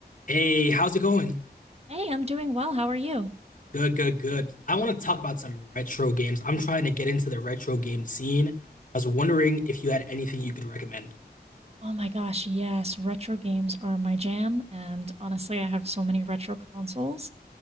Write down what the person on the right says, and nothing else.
Hey, I'm doing well. How are you?
Oh my gosh, yes, retro games are my jam, and honestly, I have so many retro consoles.